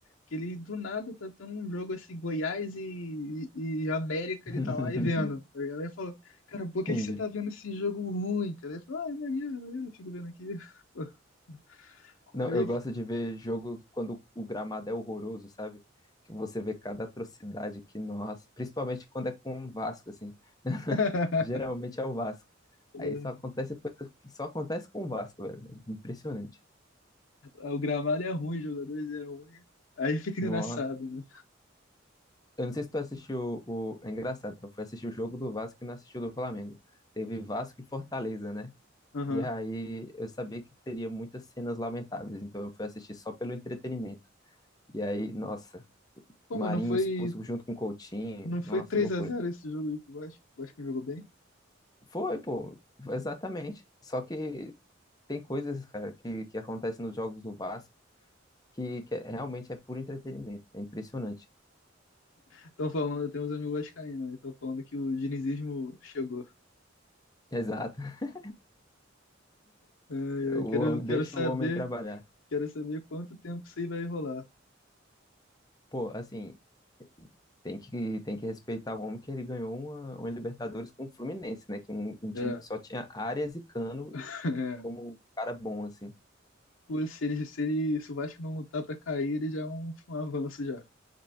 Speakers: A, on the left; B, on the left.
A: Que ele do nada tá tendo um jogo assim, Goiás e, e, e América,
B: <laughs>
A: ele tá lá e vendo. Tá ligado? Aí ele falou, cara, por que
B: Entendi.
A: que você tá vendo esse jogo ruim, cara? Ele falou, ah, é maneiro, é maneiro, eu fico vendo aqui. <laughs>
B: Não,
A: Aí.
B: eu gosto de ver jogo quando o gramado é horroroso, sabe? Que você vê cada atrocidade que, nossa, principalmente quando é com o Vasco, assim. <laughs>
A: <laughs>
B: Geralmente é o Vasco.
A: É,
B: Aí só acontece coisa que só acontece com o Vasco, velho. É Impressionante.
A: O gramado é ruim, os jogadores é ruim. Aí fica engraçado,
B: Nossa.
A: né?
B: Eu não sei se tu assistiu o. É engraçado, eu fui assistir o jogo do Vasco e não assisti o do Flamengo. Teve Vasco e Fortaleza, né?
A: Aham.
B: E aí eu sabia que teria muitas cenas lamentáveis, então eu fui assistir só pelo entretenimento. E aí, nossa.
A: Pô,
B: Marinho
A: mas não foi.
B: expulso junto com o Coutinho.
A: Não foi
B: Nossa,
A: três
B: loucura.
A: a zero esse jogo aí pro Vasco. O Vasco jogou bem.
B: Foi, pô, exatamente. Só que tem coisas, cara, que, que acontecem nos jogos do Vasco que, que é- realmente é puro entretenimento. É impressionante.
A: Estão falando, eu tenho uns amigos vascaínos, né? Estão falando que o dinizismo chegou.
B: Exato. <laughs>
A: É,
B: O
A: é, quero,
B: homem,
A: quero
B: deixa
A: saber,
B: o homem trabalhar.
A: quero saber quanto tempo isso aí vai rolar.
B: Pô, assim, tem que, tem que respeitar o homem que ele ganhou uma, uma Libertadores com o Fluminense, né? Que um, um time
A: É,
B: que só tinha Arias e Cano
A: <laughs> é.
B: como um cara bom, assim.
A: Pô, se, ele, se, ele, se o Vasco não lutar pra cair, ele já é um, um avanço já.